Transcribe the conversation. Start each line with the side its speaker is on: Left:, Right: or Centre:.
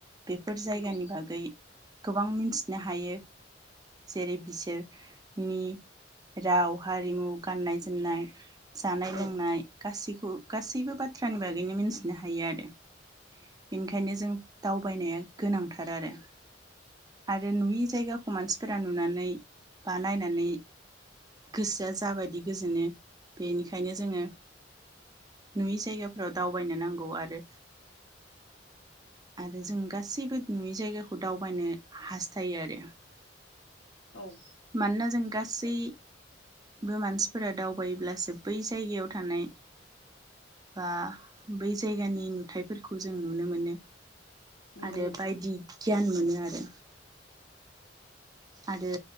Right: बेफोर जायगानि
Left: नंगौ
Right: बागै गोबां मिन्थिनो हायो जेरै बिसोरनि राव हारिमु गाननाय जोमनाय जानाय लोंनाय
Left: औ
Right: गासैखौ गासैबो बाथ्रानि बागैनो मिथिनो हायो आरो बेनिखायनो जों दावबायनाया गोनांथार आरो आरो नुयै जायगाखौ मानसिफोरा नुनानै बा नायनानै गोसोआ जाबायदि गोजोनो बेनिखायनो जोङो नुयै जायगाफोराव दावबायनो नांगौ आरो आरो जों गासैबो नुयै जायगाखौ दावबायनो हास्थायो आरो
Left: औ
Right: मानोना जों गासैबो मानसिफोरा दावबायोब्लासो बै जायगायाव थानाय बा बै जायगानि नुथायाइफोरखौ जों नुनो मोनो
Left: नंगौ
Right: आरोे
Left: नोंथां
Right: बायदि गियान मोनो आरो आरो